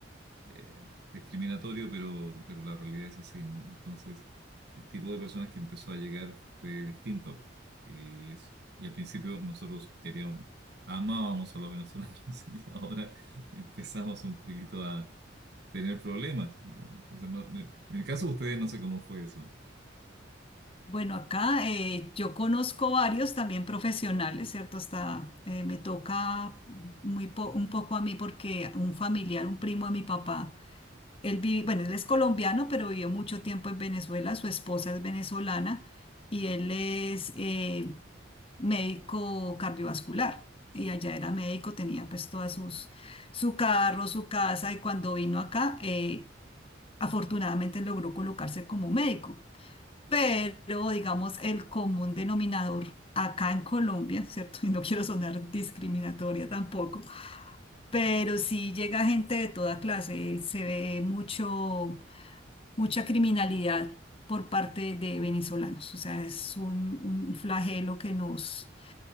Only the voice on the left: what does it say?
Bueno, acá eh, yo conozco varios también profesionales, ¿cierto? Hasta eh, me toca muy po- un poco a mí porque un familiar, un primo de mi papá, Él vive, bueno, él es colombiano, pero vivió mucho tiempo en Venezuela. Su esposa es venezolana y él es eh, médico cardiovascular. Y allá era médico, tenía pues todas sus, su carro, su casa. Y cuando vino acá, eh, afortunadamente logró colocarse como médico. Pero, digamos, el común denominador acá en Colombia, ¿cierto? <laughs> Y no quiero sonar discriminatoria tampoco, pero sí llega gente de toda clase. Se ve mucho mucha criminalidad por parte de venezolanos. O sea, es un, un flagelo que nos,